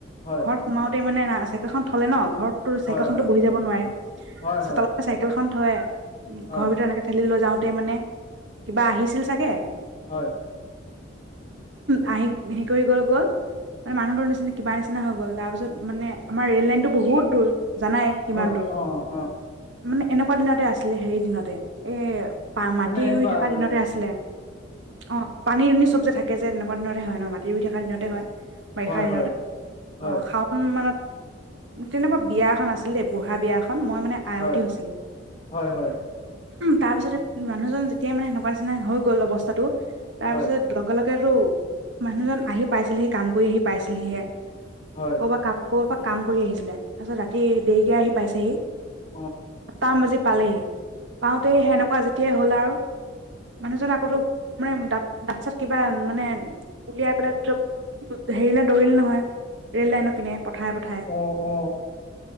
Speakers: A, on the left; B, on the right.
A: হয়
B: ঘৰ সোমাওতে মানো চেকখন থলে ন ঘৰত
A: হয়
B: চাইকেলখনতো
A: হয়
B: বহি যাব নোৱাৰে
A: হয়
B: চোতালতে
A: হয়
B: চাইকেলখন হয় উ
A: হয়
B: ঘৰ ভিতৰত এনে ঠেলিলৈ লৈযাওঁ তে মানে কিবা আহিছিল চাগে
A: হয়
B: আহি হেৰি কৰি গল গ'ল মানে মানুহটোৰ নিচিনা কিবা নিচিনা হৈ গ'ল তাৰ পিছত মানে আমাৰ ৰেল লাইনতটো বহুত দূৰ জানাই কিমান
A: হয়
B: দূৰ
A: অ অ
B: মানে এনেকুৱা দিনতে আছিলে হেৰি দিনতে এ পা
A: মানে
B: টি
A: এনেকুৱা
B: ৰুই থকা
A: মানে
B: দিনতে আছিলে অ পানী দুনি চব যে থাকে যে তেনে কোনতে হয় ন মাটি ৰুই থকা দিনতে হয় বাৰিষা
A: হয়
B: দিনত
A: হয় হয়
B: অ শাওন মানত তেনেকুৱা বিয়া এখন আছিল দেই বুঢ়া বিয়া এখন মই মানে আইতী
A: হয়
B: হৈছিলো
A: হয় হয়
B: তাৰপিছতে মানুহজন তেতিয়া মানে সেনেকুৱা নিচিনা হৈ গ'ল অৱস্থাটো তাৰ
A: হয়
B: পিছত লগে লগে তাকেতো মানুহজন আহি পাইছিলেহি কাম কৰি আহি পাইছিলিহে
A: হয়
B: কবা কাম ক'ৰবাৰ পৰা কাম কৰি আহিছিলে তাৰপিছত ৰাতি দেৰিকে আহি পাইছেহি
A: অ
B: আঠা বাজি পালেহি পাওঁতে সেনেকুৱা যে তেতিয়া হ'ল আৰু মানুহজন আকৌ মানে দাঁ দাঁত চাত কিবা মানে উলিয়াই পেলাই ধৰ হেৰিলে দৌৰিলে নহয় ৰেল লাইনৰ পিনে পঠায় পঠায়
A: অ অ অ